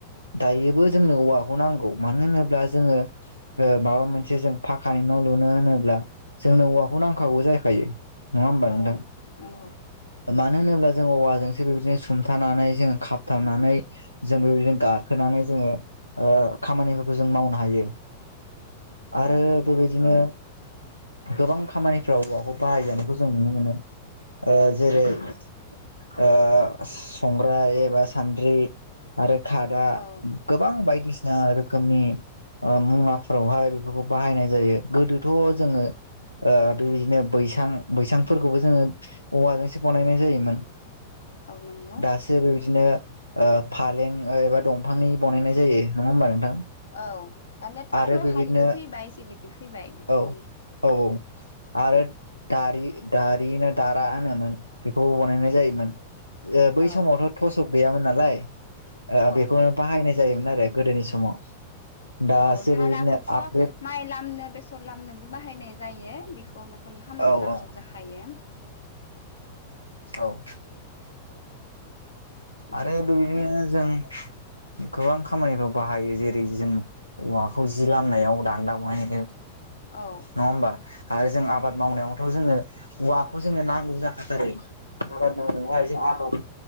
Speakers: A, on the left; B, on the left.
A: दायोबो जोंनो औवाखौ नांगौ मानो होनोब्ला जोंङो माबा मोनसे जों फाखानि न' लुनो होनोब्ला जोंनो औवाखौ नांखागौ जाखायो नङा होमबा
B: औ
A: नोंथां
B: औ
A: मानो होनोब्ला जों औवाजोंसो बे बिदिनो सुमथानानै जों खाबथाबनानै जों बेबायदिनो गाखोनानै जोंङो ओ खामानिफोरखौ जों मावनो हायो। आरो
B: औ नंगौ
A: बेबायदिनो गोबां खामानिफ्राव औवाखौ बाहायजानायखौ जों नुनो मोनो। ओ जेरै ओ संग्राय एबा सान्द्रि आरो खादा
B: औ
A: गोबां बायदिसिना रोखोमनि मुवाफोरावहाय बेफोरखौ बाहायनाय जायो गोदोथ' जोंङो ओ बेबायदिनो बैसां बैसांफोरखौबो जोंङो औवाजोंसो बानायनाय जायोमोन
B: औ नंगौ
A: दासो बेबायदिनो ओ फालें एबा दंफांनि बानायनाय जायो नंङा होमबा नोंथां
B: औ दानियाथ'
A: आरो
B: लहानिबो
A: बेबायदिनो
B: फैबाय सिलिबो फैबाय बेबायदिनो
A: औ औ औ आरो दारि दारिना दारा फोमोन बेखौबो बनायनाय जायोमोन बै
B: औ
A: समावथ' थसक गैयामोन नालाय
B: औ
A: बेखौनो बाहायनाय जायोमोन आरो गोदोनि समाव दासो
B: औ धाराखौथ'
A: बेबायदिनो आपग्रेड
B: माइ लामनो बेसर लामनोबो बाहायनाय जायो बेखौ न'खरनि खामानिनो
A: औ
B: नांगौ
A: औ
B: जाखायो
A: औ
B: दे
A: आरो
B: जाखायनो
A: बेबायदिनो जों गोबां खामानिफ्राव बाहायो जेरै जों औवाखौ जि लामनायाव दान्दा बहायनो
B: औ
A: नङा होमबा आरो जों आबाद मावनायावथ'
B: औ
A: जोङो औवाखौ जोंनो नांगौ जाखाथारो आबादाय जों आबाद